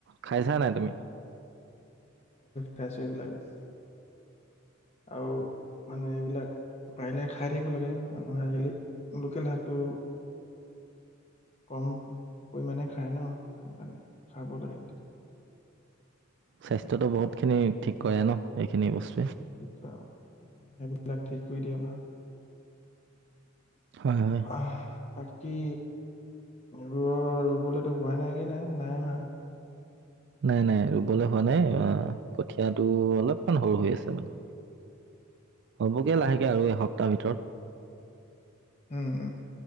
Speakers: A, on the right; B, on the left.
A: খাইছা নাই তুমি
B: খাইছো এইবিলাক বস্ আৰু মানে এইবিলাক পাৰিলে খাই থাকিব লাগে মানুহে আজিকালি লোকেল শাকটো কম পৰিমানে খাই ন সেইকাৰণে খাব লাগে
A: স্বাস্থ্যতো
B: উম,
A: বহুত খিনি ঠিক কৰে ন এইখিনি বস্তুৱে
B: কি ক অ সেইবিলাক ঠিক কৰি দিয়া ভা
A: হয় হয়
B: আহ বাকী ৰুঅ ৰুবলেতো হোৱাই নাইগে নাই নাই হোৱা
A: নাই নাই ৰুবলে হোৱা নাই আহ কঠিয়াটো অলপমান সৰু হৈ আছে মানে হ'বগে লাহেকে আৰু এসপ্তাহৰ ভিতৰত
B: উম উম